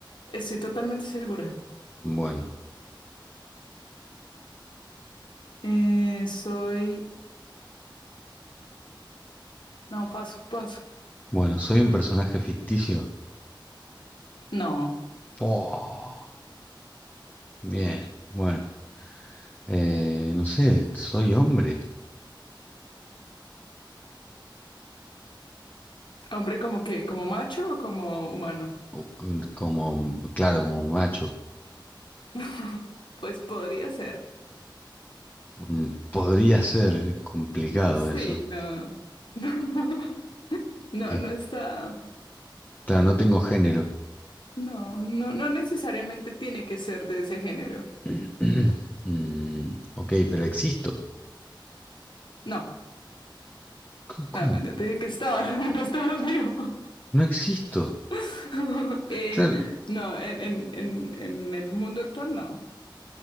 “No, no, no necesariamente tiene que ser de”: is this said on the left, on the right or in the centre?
Left